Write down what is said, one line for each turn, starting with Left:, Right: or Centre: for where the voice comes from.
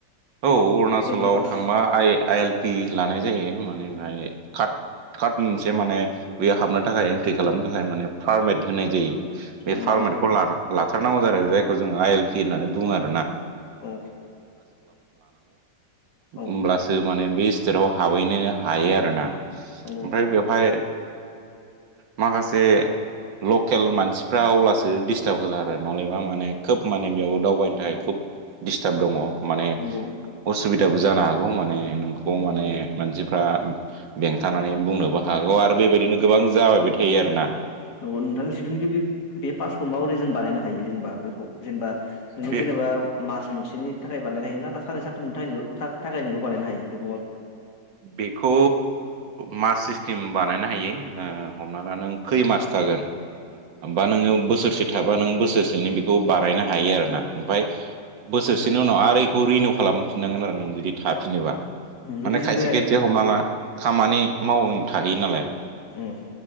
Right: औ अरुणाचलाव
Left: एन्ट्रि पास
Right: थांबा आइ आइ एल पि लानाय जायो। माने <unintelligible> कारत मोनसे माने बेयाव हाबनो थाखाय एन्ट्रि खालामनो थाखाय माने पारमेट होनाय जायो बे
Left: औ
Right: पारमेटखौ
Left: मा
Right: लाथारनांगौ आरो जायखौ जों आइ एल पि होननानै बुंङो आरो <unintelligible>
Left: औ
Right: होमब्लासो
Left: औ
Right: माने बे स्टेटआव हाबहैनो हायो आरोना
Left: नंगौ
Right: ओमफ्राय बेवहाय माखासे लकेल मानसिफ्रा अब्लासो दिस्टार्ब होला आरो नलेबा माने खोब माने बेयाव दावबायनो थाखाय खुब डिस्टार्ब दङ माने
Left: नंगौ
Right: असुबिदाबो जानो हागौ नोंखौ माने मानसिफोरा बेंथानानै बुंनो बो हागौ आरो बेबायदिनो गोबां जाबायबो थायो आरो ना
Left: नंगौ नोंथां जिथु निकि बे पासखौ माबोरै जों बानायनो हायो जेनेबा बेखौ जेनेबा नों
Right: बे
Left: जेनेबा मास मोनसेनि थाखाय बानायनो हायो ना सानै सानथामनि थाखाय थाखायनोल' बानायनो हायो बे
Right: बेखौ मास सिस्टेम बानायनो हायो। हमना ला नों खै मास थागोन होमबा नों बोसोरसे थाबा नों बोसोरसेनि बेखौ बानायायनो हायो आरोना ओमफ्राय बोसोरसेनि उनाव आरो बेखौ रिनिउ खालामफिनांगोन आरो नों जुदि थफिनोबा
Left: औ जुदि
Right: माने
Left: जों
Right: खायसे
Left: बेरायनो
Right: खायसे हमना ला खामानि मावनो थाहैयो नालाय
Left: उम